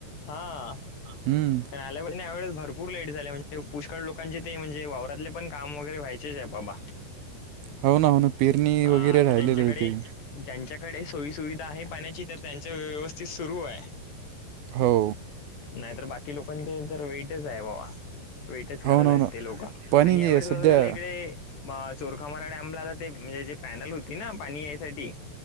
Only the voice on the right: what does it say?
हम्म
हो ना हो ना पेरणी
वगैरे राहिलेली
आहेथे
हो
हो ना
हो ना
पाणी
जे आहे सध्या